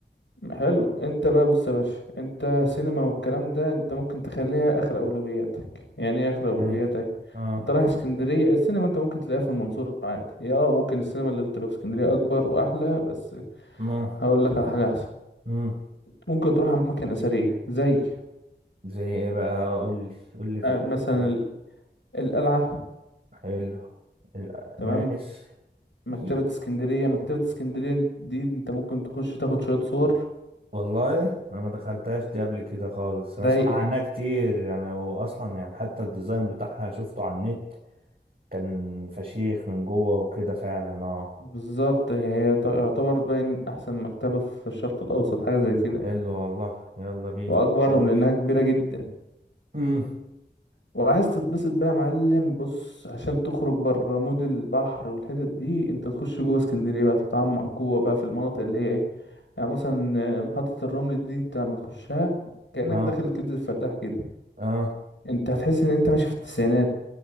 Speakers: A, on the left; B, on the right.
A: حلو انت بقى بص يا باشا انت سينما والكلام ده انت ممكن تخليها اخر اولوياتك يعني ايه اخر اولوياتك
B: حلو اه
A: انت رايح اسكندريه السينما انت ممكن تلاقيها في المنصوره عادي هي اه ممكن السينما اللي بتبقى في اسكندريه اكبر واحلى بس
B: ما
A: هقول لك على حاجه احسن
B: امم
A: ممكن تروح اماكن اثريه زي
B: زي ايه بقى قول لي قول لي في
A: آه،
B: الاسامي
A: مثلا ال- القلعه
B: حلو الأ-
A: تمام
B: ماشي
A: مكتبه
B: <laughs>
A: اسكندريه مكتبه اسكندريه دي انت ممكن تخش تاخد شويه صور
B: والله انا ما دخلتهاش دي قبل كده خالص انا
A: رايقه
B: اسمع عنها كتير يعني هو اصلا يعني حتى الديزاين بتاعها شفته على النت كان فشيخ من جوه وكده فعلا اه
A: بالظبط هي تعتبر باين احسن مكتبه في الشرق الاوسط حاجه زي كده
B: حلو
A: يعني.
B: والله يلا بينا
A: واكبرهم
B: ماشي
A: لانها كبيره جدا
B: امم
A: وعايز تتبسط بقى يا معلم بص عشان تخرج بره مود البحر والحتت دي انت تخش جوه اسكندريه بقى تتعمق جوه بقى في المناطق اللي هي ايه يعني مثلا آه، محطه الرمل دي انت لما تخشها كانك
B: اه
A: داخل كبد الفلاح كده
B: اه
A: انت هتحس ان انت ماشي في التسعينات